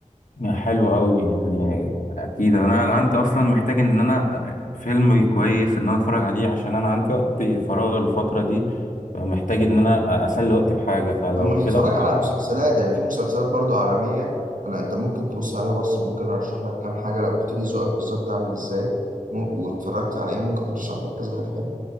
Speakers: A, on the left; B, on the right.
A: حلوه قوي يعني اكيد انا عندي اصلا محتاج ان انا فيلم كويس ان انا اتفرج عليه عشان انا عندي وقت فراغ الفتره دي محتاج ان انا اسلي وقتي بحاجه فلو
B: طب ما
A: كده
B: تتفرج على مسلسلات يعني في مسلسلات برضو عالمية انا انت ممكن تبص عليها بص ممكن ارشح لك كام حاجة لو قلت لي ذوقك بالظبط عامل ازاي ممكن واتفرجت على ايه ممكن ارشح لك كذا حاجة حلوة